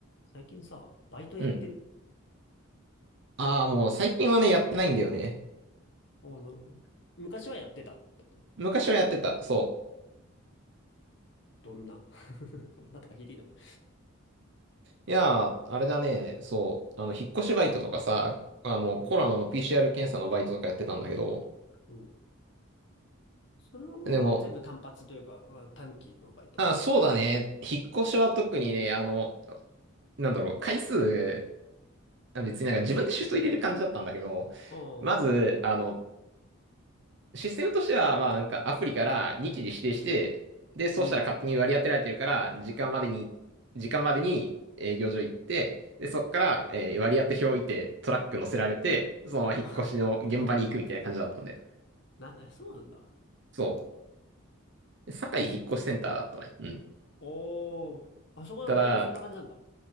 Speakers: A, on the left; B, on the right.
A: 最近さ、バイトやってる
B: うん。ああ、もう最近はね、やってないんだよね。
A: おーなるほど。昔はやってたってこと
B: 昔はやってた。そ
A: どんな <laughs> どんなとか聞いていいのかな
B: う。いやー、あれだね。そう。あの、引っ越しバイトとかさ、あの、
A: うん。
B: コロナの PCR 検査のバイトとかやってたんだけど。
A: うん。それはもう全部単発というか、
B: でも、
A: あ短期のバイト。
B: ああ、そうだね。引っ越しは特にね、あの、なんだろう、回数、別になんか自分でシフト入れる感じだったんだけど、
A: うん。
B: まず、あの、システムとしては、まあなんかアプリから日時指定して、で、そうしたら勝手に割り当てられてるから、
A: え
B: 時間までに、時間までに営業所行って、で、そっから、えー割り当て表置いてトラック乗せられて、そのまま引っ越しの現場に行くみたいな感じだったんで。
A: ー <laughs> な、えそうなんだ。
B: そう。堺引っ越しセンターだったね。うん。
A: おー。あそこのバイトそんな感じなんだ。
B: ただ、